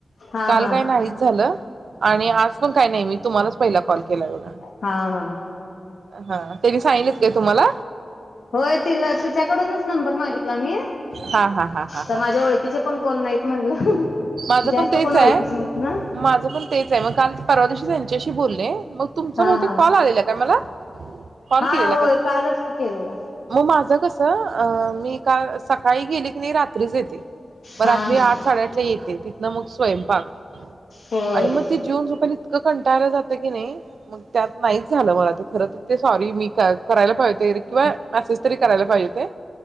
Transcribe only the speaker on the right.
काल
काही नाही झालं आणि आज पण काय नाही मी तुम्हालाच पहिला कॉल केलाय बगा.
हा त्यांनी सांगितले -- तुम्हाला
हा हा हा हा
हा
ह
माझं
पण तेच
आहे
माझं पण तेच आहे मग काल परवा दिशीच -- हेच्याशी बोलले. मग तुमचा
बहुते
कॉल आलेला काय मला? कॉल
केलेला
का तुम्ही
मग <unintelligible> अ मी का सकाळी गेली की नाही रात्रीच येते. ते म
रात्री
आठ साडेआठ -- तिथनं मग स्वयंपाक
आणि मग ते जेवन झोपायला इतकं कंटायला जातं की नाही. मग त्यात नाहीच झालं मला ते खर तर ते सॉरी मी काल -- करायला पाहिजे ते किंवा मेसेज तरी करायला पाहिजे होते.